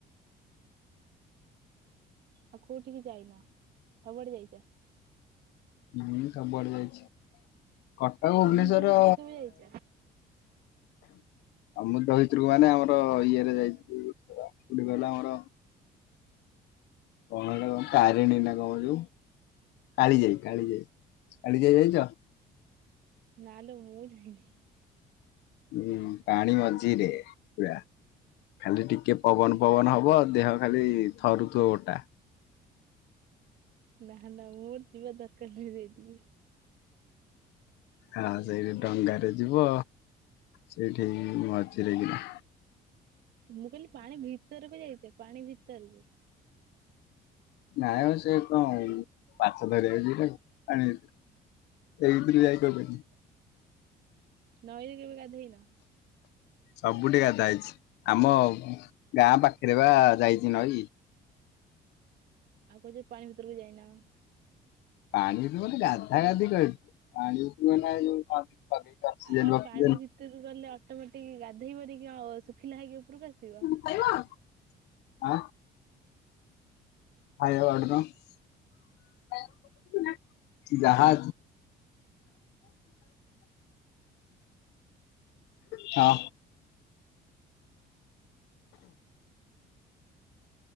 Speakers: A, on the right; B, on the left.
A: ଆଉ କୋଉଠିକି ଯାଇନ ସବୁଆଡେ ଯାଇଛ?
B: ମୁଁ ସବୁ ଆଡେ ଯାଇଛି କଟକ ଭୁବନେଶ୍ଵର
A: ସମୁଦ୍ର ଭିତରକୁ କେବେ ଯାଇଛ?
B: ଅମୃଦ ଭିତରକୁ ମାନେ ଆମର ଇଏରେ ଯାଇଥିଲ କୋଉଠି କହିଲ ଆମର କଣ ହେ କଣ ତାରିଣୀ ନା କଣ ଯୋଉ କାଳି ଯାଇ କାଳି ଯାଇ କାଳି ଯାଇ ଯାଇଛ?
A: ନା ଲୋ ମୁଁ ଯାଇନି।
B: ହୁଁ ପାଣି ମଝିରେ ପୁରା। ଖାଲି ଟିକେ ପବନ ପବନ ହବ ଦେହ ଖାଲି ଥରୁଥିବ ଗୋଟା।
A: ନା ନା ମୋର ଯିବା ଦରକାର ନାହିଁ ସେଇ ଟିକେ
B: ହଁ ସେଇଠି ଡଙ୍ଗାରେ ଯିବ ସେଇଠି ମଝିରେ କିନା
A: ମୁଁ କହିଲି ପାଣି ଭିତରକୁ ଯାଇଛି ପାଣି ଭିତରକୁ
B: ନାଇଁଉ ସେ କଣ ପାଛ ଧରିବା ଯିବା ଆଣି ଏଇଥିରେ ଯାଇକ ପାଇଁନି
A: ନଈରେ କେବେ ଗାଧେଇନ?
B: ସବୁଠିକି ଗାଧା ହେଇଛି ଆମ ଗାଁ ପାଖରେ ଦେବା ଯାଇଛି ନଈ
A: ଆଉ କହୁଛ ପାଣି ଭିତରକୁ ଯାଇନ
B: ପାଣି ବୋ <unintelligible> ଗାଧା ଗାଧି କହି ପାଣି। ଲଗେଇକି ଅକ୍ସିଜେନ
A: ଆଉ
B: ଫକ୍ସିଜେନ
A: ପାଣି ଭିତରୁ ଗଲେ ଅଟୋମେଟିକ ଗାଧେଇବନି କି ଆଉ ଶୁଖିଲା ହେଇକି ଉପରକୁ ଆସିବ।
B: ଖାଇ <unintelligible> ଜାହା ହଁ।